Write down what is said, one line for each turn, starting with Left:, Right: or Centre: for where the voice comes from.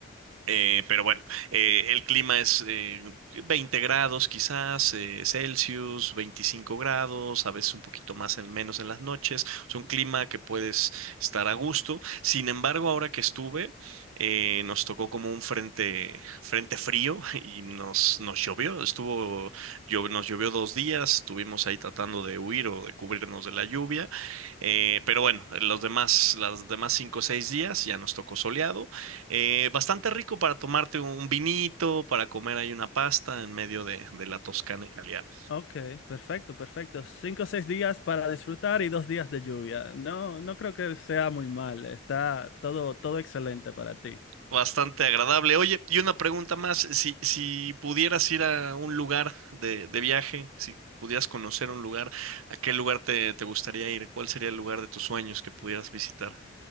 Right: Eh, pero bueno, eh, el clima es eh, 20 grados quizás, eh, Celsius, 25 grados, a veces un poquito más en menos en las noches. Es un clima que puedes estar a gusto. Sin embargo, ahora que estuve, eh, nos tocó como un frente, frente frío <laughs> y nos, nos llovió. Estuvo, llo- nos llovió dos días, estuvimos ahí tratando de huir o de cubrirnos de la lluvia. Eh, pero bueno, los demás, las demás cinco o seis días ya nos tocó soleado. Eh, bastante rico para tomarte un vinito, para comer ahí una pasta en medio de, de la Toscana italiana.
Left: Ok, perfecto, perfecto. Cinco o seis días para disfrutar y dos días de lluvia. No, no creo que sea muy mal. Está todo, todo excelente para ti.
Right: Bastante agradable. Oye, y una pregunta más, si, si pudieras ir a un lugar de, de viaje, si pudieras conocer un lugar, ¿a qué lugar te, te gustaría ir? ¿Cuál sería el lugar de tus sueños que pudieras visitar?